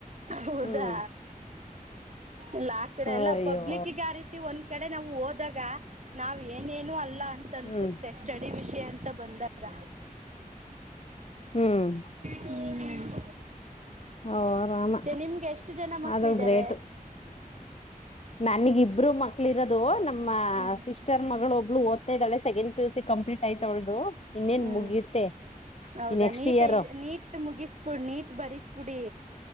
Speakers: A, on the right (about 50°); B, on the left (about 45°).
A: ಹೌದಾ
B: ಹ್ಮ್
A: ಇಲ್ಲ ಆ ಕಡೆ ಎಲ್ಲ
B: ಅಯ್ಯೋ
A: ಪಬ್ಲಿಕ್ಗ ಆ ರೀತಿ ಒಂದ್ ಕಡೆ ನಾವು ಹೋದಾಗ ನಾವ್ ಏನೇನು ಅಲ್ಲ ಅಲ್ಲ ಅಂತ ಅನ್ಸುತ್ತೆ
B: ಹ್ಮ್
A: ಸ್ಟಡಿ ವಿಷಯ ಅಂತ ಬಂದಾಗ
B: ಹ್ಮ್
A: ಹ್ಮ್
B: ಓ ರಾಮ
A: ನಿಮ್ಗೆ ಎಷ್ಟು ಜನ ಮಕ್ಳಾರೆ
B: ಆದಳು ಗ್ರೇಟ್ ನನಗ ಇಬ್ರು ಮಕ್ಳ ಇರೋದು ನಮ್ಮ
A: ಹ್ಮ್
B: ಸಿಸ್ಟರ್ ಮಗಳು ಒಬ್ಳ ಮ್ದಾಳೆ second P U C complete ಆಯ್ತ ಒಳ್ದು ಇನ್ನೇನ್
A: ಹ್ಮ್
B: ಮುಗಿಯುತ್ತೆ
A: ಹೌದಾ
B: ಈ ನೆಕ್ಸ್ಟ್
A: ನೀಟ್
B: ಇಯರ್
A: ನೀಟ್ ಮುಗಿಸಬಿಡ್ ನೀಟ್ ಬಸ್ಬ ಡಿ